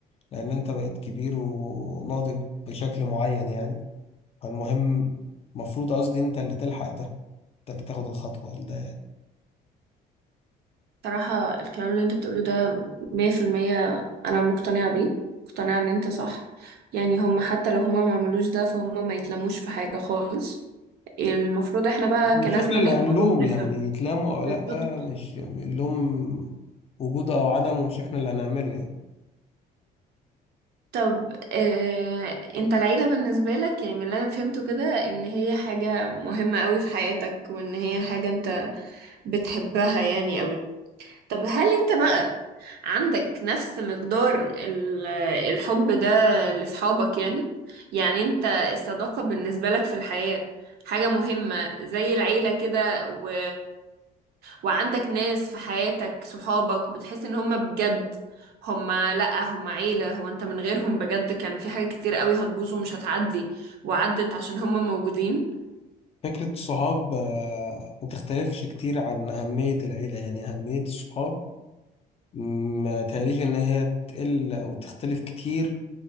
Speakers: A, on the left (about 35°); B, on the right (about 70°).
A: لان انت بقيت كبير وناضج بشكل معين يعني فالمهم المفروض قصدي انت اللي تلحق ده انت اللي تاخد الخطوة ده يعني
B: صراحة الكلام اللي انت بتقوله ده مية في المية أنا مقتنعة بيه مقتنعة إن انت صح يعني هم حتى لو هم ما عملوش ده فهم ما يتلموش في حاجة خالص المفروض احنا بقى
A: مش
B: كناس
A: احنا
B: بنكبر
A: اللي هنلوم
B: وبنفهم
A: يعني يتلاموا او لا
B: بالظبط
A: مش اللوم وجوده او عدمه مش احنا اللي هنعمله يعني
B: طب اه انت العيلة بالنسبة لك يعني من اللي أنا فهمته كده إن هي حاجة مهمة قوي في حياتك وإن هي حاجة انت بتحبها يعني قوي طب هل انت بقى عندك نفس مقدار ال- الحب ده لأصحابك يعني يعني انت الصداقة بالنسبة لك في الحياة حاجة مهمة زي العيلة كده و... وعندك ناس في حياتك صحابك بتحس ان هم بجد هم لأ هم عيلة هو انت من غيرهم بجد كان في حاجة كتير قوي هتبوظ ومش هتعدي وعدت عشان هم موجودين
A: فكرة الصحاب آه، ما تختلفش كتير عن أهمية العيلة يعني أهمية الصحاب ما تهيأليش إن هي تقل أو تختلف كتير